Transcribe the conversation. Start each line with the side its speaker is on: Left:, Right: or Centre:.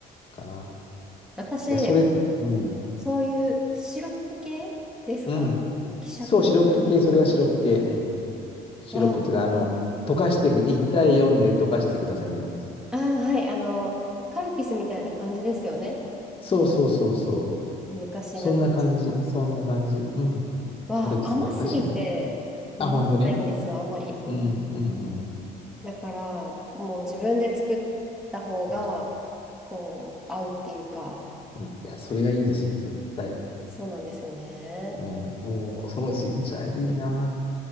Left: かな。
Centre: 私、
Left: いや、それ、
Centre: あの
Left: うん、
Centre: そういうシロップ系ですかあの希釈するタイプ
Left: うん。そう、シロップ系、それはシロップ系。うん。シロップっていうか、
Centre: は、
Left: あの、溶かしてく、1対4で溶かしてくださいみたいなやつ。
Centre: ああ、はい、あの、カルピスみたいな感じですよね。
Left: そうそうそうそう。
Centre: 昔
Left: そんな感じ、
Centre: 懐かしの。
Left: そんな感じ。うん。
Centre: は、
Left: カルピス懐かしいな。
Centre: 甘すぎて飲めないんですよ、
Left: あ、本当に
Centre: あんまり。
Left: うん、うん、うん。
Centre: だから、もう自分で作った方が、
Left: うん、
Centre: こう、合うっていうか、
Left: うんいや、それがいいですよ、絶対。
Centre: そうなんですよね。
Left: うん、もう、そのジンジャーエールいいな。